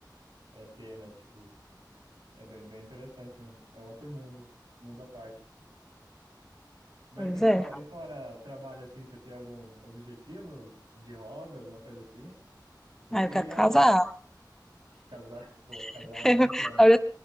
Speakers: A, on the right (about 75°); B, in the centre.
A: é, ter, né? Tipo, é bem, bem interessante mesmo. É um outro mundo, mundo à parte. Mas
B: Pois
A: e fora,
B: é.
A: e fora trabalho assim, você tem algum objetivo de hobby, alguma coisa assim? Eu
B: Aí
A: queria
B: eu quero casar.
A: casar, <laughs> pô, casar
B: <laughs>
A: é um bom plano.